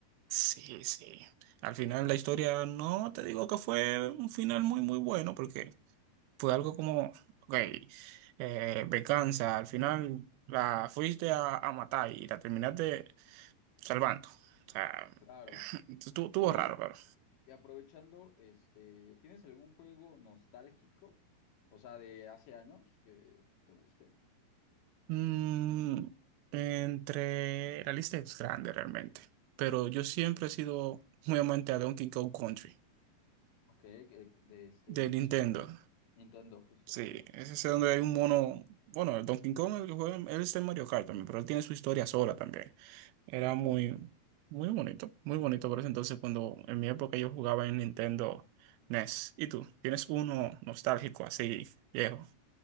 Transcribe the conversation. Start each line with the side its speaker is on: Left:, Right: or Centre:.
Right: Sí, sí. Al final la historia no te digo que fue un final muy, muy bueno, porque fue algo como, ok, eh, venganza, al final la fuiste a, a matar y la terminaste salvando. O sea,
Left: claro.
Right: <clears throat> estuvo, estuvo
Left: Oye,
Right: raro, pero.
Left: y aprovechando, este, ¿tienes algún juego nostálgico? O sea, de hace años que te guste.
Right: Mm, entre la lista es grande realmente, pero yo siempre he sido muy amante a Donkey Kong Country
Left: Ok, que- de este,
Right: de
Left: ¿cómo
Right: Nintendo.
Left: se llama? Nintendo, justo,
Right: Sí,
Left: ajá.
Right: es ese donde hay un mono. Bueno, el Donkey Kong, el que juega, él está en Mario Kart también, pero él tiene su historia sola también. Era muy, muy bonito, muy bonito por eso entonces cuando en mi época yo jugaba en Nintendo NES. ¿Y tú? ¿Tienes uno nostálgico así, viejo?